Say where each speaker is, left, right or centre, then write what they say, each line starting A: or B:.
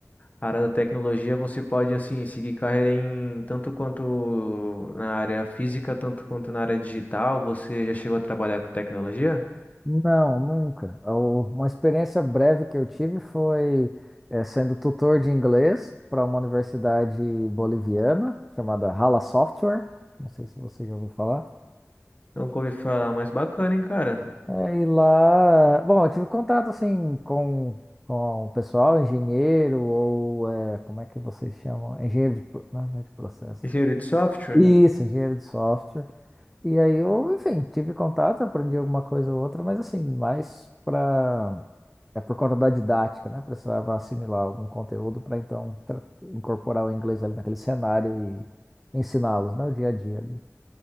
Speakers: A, on the left (about 30°); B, in the centre.
A: a área da tecnologia você pode, assim, seguir carreira em tanto quanto na área física, tanto quanto na área digital. Você já chegou a trabalhar com tecnologia?
B: Não, nunca. O- Uma experiência breve que eu tive foi eh, sendo tutor de inglês para uma universidade boliviana chamada Hala Software. Não sei se você já ouviu falar.
A: Nunca ouvi falar, mas bacana, hein, cara?
B: É, e lá, bom, eu tive contato assim com, com o pessoal, engenheiro, ou é, como é que vocês chamam? Engenheiro de, pro- não, é, não é de processo.
A: Engenheiro de software?
B: Isso, engenheiro de software. E aí eu, enfim, tive contato, aprendi alguma coisa ou outra, mas assim, mais para é por conta da didática, né? Precisava assimilar algum conteúdo para então tra- incorporar o inglês ali naquele cenário e ensiná-los, né? O dia a dia ali.